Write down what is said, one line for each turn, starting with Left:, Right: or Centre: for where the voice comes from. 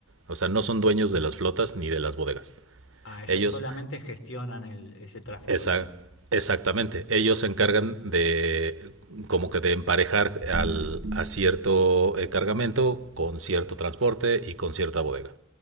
Right: O sea, no son dueños de las flotas ni de las bodegas.
Left: Ah, ellos
Right: Ellos,
Left: solamente gestionan el, ese tráfico,
Right: esa,
Left: digamos.
Right: exactamente, ellos se encargan de como que de emparejar al, a cierto eh, cargamento con cierto transporte y con cierta bodega.